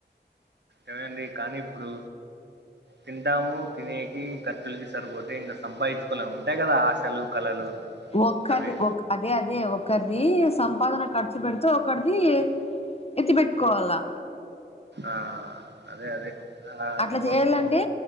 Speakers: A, on the right; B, on the left.
A: అదే అండి కానీ ఇప్పుడు తింటాము తినేకి ఖర్చులకి సరిపోతే ఇంకా సంపాదించుకోవలే ఉంటాయి కదా ఆశలు కళలు
B: ఒక్కరిది
A: అవి
B: అదే అదే ఒకరిది సంపాదన ఖర్చు పెడితే ఒకరిది ఎత్తి పెట్టుకోవాలా
A: ఆ అదే అదే అది
B: అట్లా
A: కొనుకో
B: చేయాలంటే